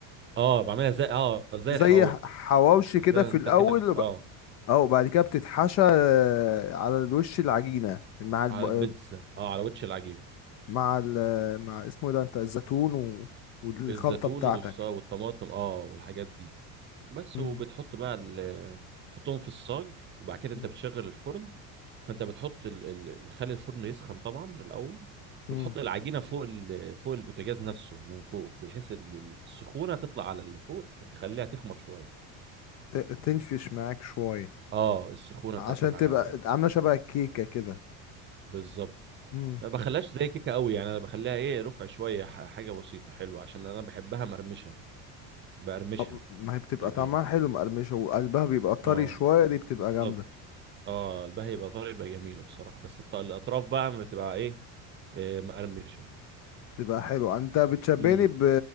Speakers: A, on the right; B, on the left.
A: أه بعملها زي أه زي
B: زي
A: الحواوشي
B: ح- حواوشي
A: زي
B: كده
A: ما
B: في
A: أنت
B: الاول
A: كأنك بت...
B: وب...
A: أه
B: اه وبعد كده بتتحشى آه، على الوش العجينه مع الب...
A: على
B: آه،
A: البيتزا اه على وش العجينه
B: مع ال... آه، مع اسمه إيه ده انت الزيتون و... والخلطه
A: الزيتون
B: بتاعتك
A: والص- والطماطم اه والحاجات دي بس
B: مم.
A: وبتحط بقى ال- تحطهم في الصاج وبعد كده
B: مم.
A: انت بتشغل الفرن فانت بتحط ال... ال... خلي الفرن يسخن طبعا الاول
B: مم.
A: وتحط العجينه فوق ال... فوق البوتاجاز نفسه من فوق بحيث ال- السخونه تطلع على اللي فوق تخليها تخمر شويه
B: ت... تنفش معاك شويه
A: اه السخونه
B: عشان
A: بتاعت الع...
B: تبقى عامله شبه الكيكه كده
A: بالظبط
B: مم.
A: ما بخليهاش زي كيكه قوي يعني انا بخليها ايه رفع شويه ح- حاجه بسيطه حلوه عشان انا بحبها مرمشه بقرمشها
B: طب ما هي بتبقى
A: العجينه
B: طعمها حلو مقرمشه وقلبها بيبقى طري
A: اه
B: شويه دي بتبقى
A: بالظبط
B: جامده
A: اه البهي يبقى طري يبقى جميله بصراحه بس الط- الاطراف بقى بتبقى ايه, إيه آه، مقرمشه
B: تبقى حلو انت بتشبهني
A: امم
B: ب...